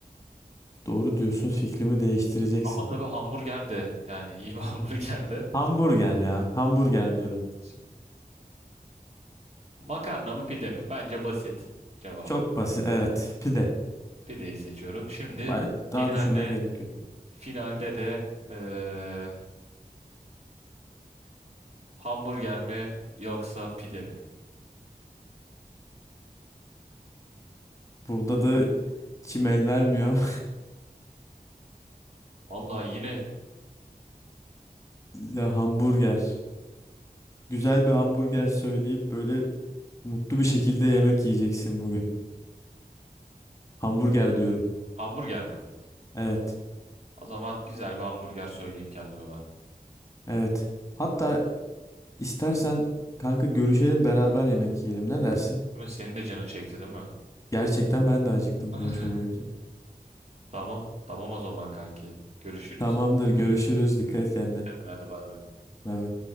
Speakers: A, on the left; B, on the right.
A: Doğru diyorsun, fikrimi değiştireceksin.
B: Ama tabii hamburger de yani iyi bir <laughs> hamburger de.
A: Hamburger ya, hamburger diyorum.
B: Şey, Makarna mı pide mi? Bence basit cevabı.
A: Çok basit, evet, pide.
B: Pideyi seçiyorum. Şimdi
A: Ba- Daha
B: finalde
A: düşünmeye gerek yok.
B: finalde de eee, hamburger mi yoksa pide mi?
A: Burada da içim el vermiyor ama
B: Vallahi yine
A: <laughs> ya hamburger. Güzel bir hamburger söyleyip böyle mutlu bir şekilde yemek yiyeceksin bugün. Hamburger diyorum.
B: Hamburger mi?
A: Evet.
B: O zaman güzel bir hamburger söyleyeyim kendime ben.
A: Evet. Hatta istersen kanka görüşelim beraber yemek yiyelim. Ne dersin?
B: Değil mi? Senin de canın çekti değil mi?
A: Gerçekten ben de acıktım
B: <laughs>
A: konuşma boyunca.
B: Tamam. Tamam o zaman kanki. Görüşürüz.
A: Tamamdır görüşürüz. Dikkat et kendine.
B: Hadi bay bay.
A: Bay bay.